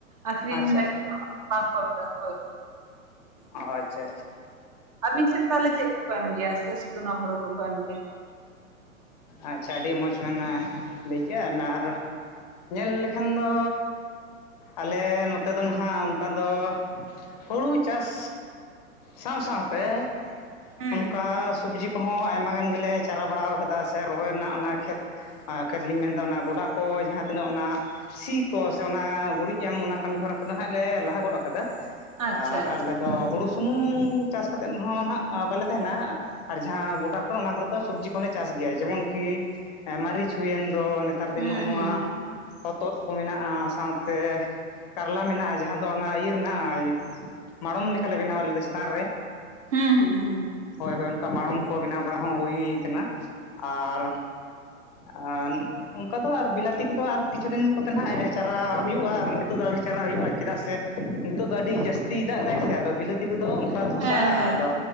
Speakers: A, on the right; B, on the left.
A: ᱟᱠᱷᱨᱤᱧ
B: ᱟᱪᱪᱷᱟ
A: ᱞᱟᱹᱜᱤᱫ ᱫᱚ ᱵᱟᱝ ᱠᱚ ᱮᱢ ᱜᱮᱭᱟ ᱦᱳᱭ᱾
B: ᱚ ᱟᱪᱪᱷᱟ ᱟᱪᱪᱷᱟ᱾
A: ᱟᱵᱤᱱ ᱥᱮᱫ ᱛᱟᱦᱚᱞᱮ ᱪᱮᱫ ᱠᱚᱠᱚ ᱮᱢ ᱜᱮᱭᱟ ᱥᱮ ᱥᱩᱫᱩ ᱦᱳᱲᱳ ᱜᱮ ᱠᱚᱠᱚ ᱮᱢ ᱜᱮᱭᱟ?
B: ᱟᱪᱪᱷᱟ ᱟᱹᱰᱤ ᱢᱚᱡᱽ ᱵᱮᱱ ᱞᱟᱹᱭ ᱠᱮᱜᱼᱟ ᱱᱟᱨ᱾ ᱧᱮᱞ ᱞᱮᱠᱷᱟᱱ ᱫᱚ ᱟᱞᱮ ᱱᱚᱛᱮ ᱫᱚ ᱱᱟᱦᱟᱜ ᱚᱱᱠᱟ ᱫᱚ ᱦᱩᱲᱩ ᱪᱟᱥ᱾ ᱥᱟᱶ ᱥᱟᱶᱛᱮ
A: ᱦᱩᱸ
B: ᱚᱱᱠᱟ ᱥᱚᱵᱽᱡᱤ ᱠᱚᱦᱚᱸ ᱟᱭᱢᱟ ᱜᱟᱱ ᱜᱮᱞᱮ ᱪᱟᱨᱟ ᱵᱟᱲ ᱠᱟᱫᱟ ᱥᱮ ᱨᱚᱦᱚᱭ ᱨᱮᱱᱟᱜ ᱚᱱᱟ ᱠᱷᱮᱛ ᱠᱷᱮᱛᱞᱤᱧ ᱢᱮᱱᱫᱟ ᱚᱱᱟ ᱜᱚᱰᱟ ᱠᱚ ᱡᱟᱦᱟᱸ ᱛᱤᱱᱟᱹᱜ ᱚᱱᱟ ᱥᱤ ᱠᱚ ᱥᱮ ᱚᱱᱟ ᱜᱩᱨᱤᱡ ᱮᱢ ᱚᱱᱟ ᱠᱟᱹᱢᱤ ᱦᱚᱨᱟ ᱠᱚᱫᱚ ᱱᱟᱦᱟᱸᱜ ᱞᱮ ᱞᱟᱦᱟ ᱜᱚᱫ ᱠᱟᱫᱟ᱾
A: ᱟᱪᱪᱷᱟ
B: ᱟᱨ
A: ᱟᱪᱪᱷᱟ
B: ᱟᱞᱮ ᱫᱚ ᱦᱩᱲᱩᱥ ᱥᱩᱢᱩᱝ ᱪᱟᱥ ᱠᱟᱛᱮᱫ ᱦᱚᱸ ᱱᱟᱦᱟᱜ ᱵᱟᱞᱮ ᱛᱟᱦᱮᱱᱟ ᱟᱨ ᱡᱟᱦᱟᱸ ᱜᱚᱰᱟ ᱠᱚᱨᱮ ᱚᱱᱟ ᱠᱚᱨᱮᱫ ᱫᱚ ᱥᱚᱵᱽᱡᱤ ᱠᱚᱞᱮ ᱪᱟᱥ ᱜᱮᱭᱟ ᱡᱮᱢᱚᱱᱠᱤ ᱢᱟᱹᱨᱤᱪ ᱦᱩᱭᱮᱱ ᱫᱚ ᱱᱮᱛᱟᱨ ᱫᱤᱱ
A: ᱦᱩᱸ
B: ᱱᱚᱜᱼᱚ ᱱᱚᱣᱟ
A: ᱦᱩᱸ
B: ᱦᱚᱛᱚᱫ ᱠᱚ ᱢᱮᱱᱟᱜᱼᱟ ᱥᱟᱶᱛᱮ ᱠᱟᱨᱞᱟ ᱢᱮᱱᱟᱜᱼᱟ ᱡᱟᱦᱟᱸ ᱫᱚ ᱚᱱᱟ ᱤᱭᱟᱹ ᱨᱮᱱᱟᱜ ᱢᱟᱲᱚᱢ ᱞᱮᱠᱟᱞᱮ ᱵᱮᱱᱟᱣᱟ ᱞᱮᱟᱫ ᱞᱮ ᱪᱮᱛᱟᱱ ᱨᱮ᱾
A: ᱦᱩᱸ ᱦᱩᱸ ᱦᱩᱸ
B: ᱦᱳᱭ ᱦᱳᱭ ᱚᱱᱠᱟ ᱢᱟᱲᱚᱢ ᱠᱚ ᱵᱮᱱᱟᱣ ᱵᱟᱲᱟ ᱦᱚᱸ ᱦᱩᱭ ᱠᱟᱱᱟ ᱟᱨ ᱟᱨ ᱚᱱᱠᱟ ᱫᱚ ᱟᱨ ᱵᱤᱞᱟᱹᱛᱤ ᱠᱚᱫᱚ ᱟᱨ ᱠᱤᱪᱷᱩ ᱫᱤᱱ ᱠᱚᱛᱮ ᱱᱟᱦᱜ ᱪᱟᱨᱟ ᱦᱩᱭᱩᱜᱼᱟ ᱟᱨ ᱱᱤᱛᱚᱜ ᱫᱚ ᱟᱹᱣᱨᱤ ᱪᱟᱞᱟᱜ ᱦᱩᱭᱩᱜᱼᱟ ᱪᱮᱫᱟᱜ ᱥᱮ ᱱᱤᱛᱚᱜ ᱫᱚ ᱟᱹᱰᱤ ᱡᱟᱹᱥᱛᱤᱭ ᱫᱟᱜ ᱫᱟᱭ ᱥᱮ ᱟᱫᱚ ᱵᱤᱞᱟᱹᱛᱤ ᱠᱚᱫᱚ ᱚᱱᱠᱟ ᱫᱷᱚᱥᱟᱜᱼᱟ
A: ᱦᱮᱸ ᱦᱮᱸ
B: ᱟᱫᱚ